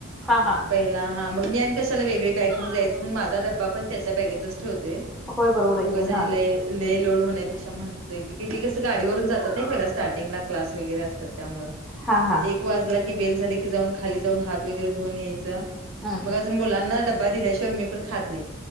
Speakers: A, in the centre; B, on the right.
A: हा हा.
B: पहिला हा मग मी आणि कशाला वेगळी बॅग घेवून जायचं म्हणून माझा डब्वा पण त्याच्या बॅगेतच ठेवते
A: होय बरोबर आहे
B: उगच
A: की
B: आणि
A: हा
B: लय ले लोड होण्यापेक्षा म्हणतय की किती कसं गाडीवरून जात नाही पहिला स्टार्टिंगला क्लास वगैरे असतात त्यामुळ
A: हा हा
B: एक वाजला की बेल झाली की जाऊन खाली जाऊन हात वैगरेधुऊन यायचं
A: हम्म
B: मग अ मुलांना ड्बा दिल्याशिवाय मी पण खात नाही.